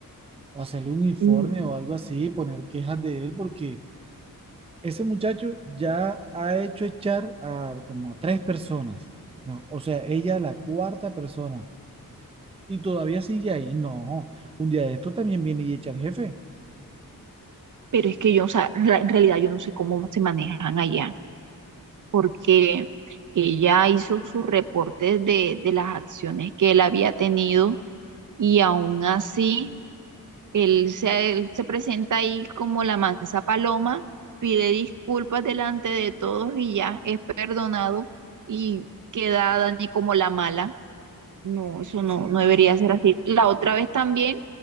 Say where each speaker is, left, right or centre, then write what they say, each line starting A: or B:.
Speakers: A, on the right (about 15°); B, on the right (about 60°).
A: O hacerle un informe
B: Mm,
A: o algo así, poner quejas de él, porque ese muchacho ya ha hecho echar a como a tres personas. No, o sea, ella la cuarta persona. Y todavía sigue ahí. No, un día de esto también viene y echa al jefe.
B: Pero es que yo, o sea, la- en realidad yo no sé cómo se manejan allá, porque ella hizo sus reportes de, de las acciones que él había tenido y aún así Él se, él se presenta ahí como la mansa paloma, pide disculpas delante de todos y ya es perdonado y queda Dani como la mala. No, eso no,
A: Sí,
B: no debería ser así. La otra vez también